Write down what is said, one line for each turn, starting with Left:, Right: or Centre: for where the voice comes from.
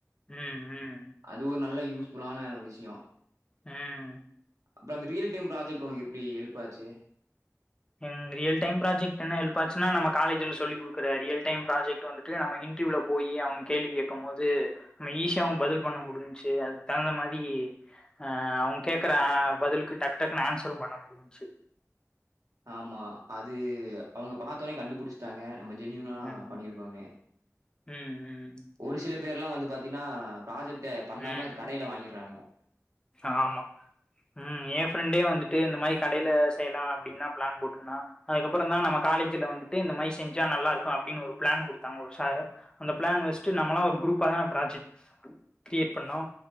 Left: ம் ம்
Right: அது ஒரு நல்ல யூஸ் ஃபுல்லான ஒரு விஷயொ
Left: ம்
Right: அப்பறோ அந்த ரீல் டைம் ப்ராஜெக்ட் ஓனக்கு எப்டி ஹெல்ப் ஆச்சு
Left: ம் ரியல் டைம் ப்ராஜெக்ட் என்ன ஹெப் ஆச்சுனா நம்ம காலேஜ்ல சொல்லி குடுக்ற ரியல்டைம் ப்ராஜக்ட் வந்துட்டு நம்ம இ ன்ட்ர்வியூல போயி அவ கேள்வி கேக்குபோது நம்ம ஈசியாவு பதில் பண்ண முடிஞ்ச்சு அதுக்கு தகுந்த மாரி அ அவுங்க கேக்கற அ பதிலுக்கு டக்கு டக்குனு ஆன்சரு பண்ண முடிஞ்ச்சு
Right: ஆமா அது அவுங்க பாத்தோனே கண்டுபுடிச்சு ட்டாங்க நம்ம ஜெனினினா
Left: ம்
Right: பண்ணிருக்கோனு
Left: ம் ம்
Right: ஒரு சில பேர்லா வந்து பாத் தீனா ப்ராஜெக்ட்ட பண்ணாம
Left: ம்
Right: கடைல வாங்கிட்றானுவோ
Left: ஆமா ம் ஏ ஃப்ரெண்டே வந்துட்டு இந்த மாரி கடைல செய்லா அப்டின்தா பிளான் போட்ருந்தா அதுக்கப்றோந்தா நம்ம காலேஜ்ல வந்துட்டு இந்த மாரி செஞ்சா நல்லா இருக்கு அப்டின்னு ஒரு பிளான் குடுத்தாங்க ஒரு சாரு அந்த பிளான் வச்சுட்டு நம்மளா ஒரு குரூப்பாதான ப்ராஜெக்ட் கிரியேட் பண்ணோ